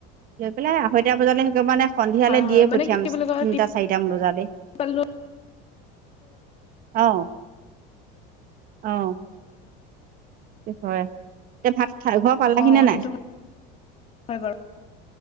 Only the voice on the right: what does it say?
লৈ পেলাই আঢ়ৈটা বজালে সেটো মানে সন্ধিয়ালৈ
দিয়ে
পঠিয়াম
তিনটা চাৰিটামান বজালে
অঁ অহ এটো হয় এতিয়া ভাত খাই ঘৰ পালাহি
নে নাই?